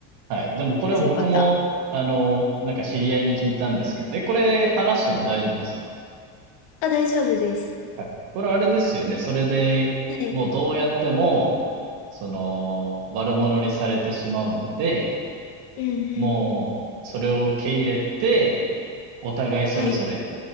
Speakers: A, on the right; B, on the left.
A: はい。でもこれ僕も、
B: あ、じゃあよかった。
A: あの、なんか知り合いに聞いたんですけど、え、これ話しても大丈夫ですか
B: あ、大丈夫です。
A: はい。これあれですよね。それで、
B: はい。
A: もうどうやっても、その、悪者にされてしまうんで、
B: うんうん。
A: もう、それを受け入れて、お互いそれぞれ
B: はい。